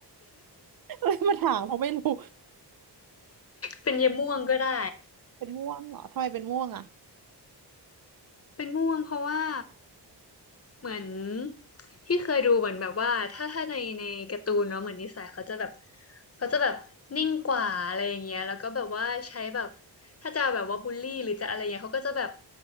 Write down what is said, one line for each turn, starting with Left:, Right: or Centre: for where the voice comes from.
Right: <laughs> เลยมาถามเพราะไม่รู้
Left: เป็นเยายม่วงก็ได้
Right: เป็นม่วงเหรอทำไมเป็นม่วงอ่ะ
Left: เป็นม่วงเพราะว่า เหมือนที่เคยดูเหมือนแบบว่าถ้าถ้าในในการ์ตูนเนาะเหมือนนิสัยเขาจะแบบเขาจะแบบนิ่งกว่าอะไรอย่างเงี้ยแล้วก็แบบว่าใช้แบบถ้าจะแบบว่าบูลลี่หรือจะอะไรเงี้ยเขาก็จะแบบ